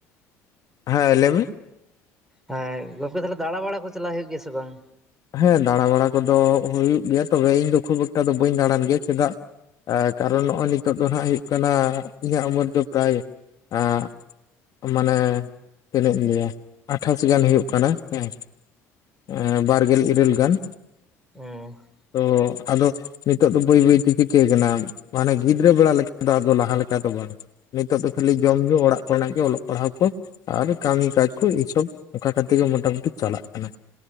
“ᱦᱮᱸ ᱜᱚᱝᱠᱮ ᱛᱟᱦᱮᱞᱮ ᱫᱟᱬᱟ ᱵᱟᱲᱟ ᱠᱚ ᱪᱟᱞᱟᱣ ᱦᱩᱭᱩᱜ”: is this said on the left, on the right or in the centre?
Centre